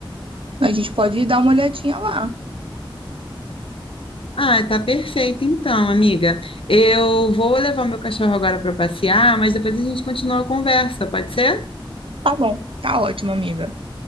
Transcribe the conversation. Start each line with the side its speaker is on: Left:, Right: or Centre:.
Right: A gente pode dar uma olhadinha lá.
Left: Ah, tá perfeito então, amiga. Eu vou levar o meu cachorro agora para passear, mas depois a gente continua a conversa, pode ser?
Right: Tá bom, tá ótimo, amiga.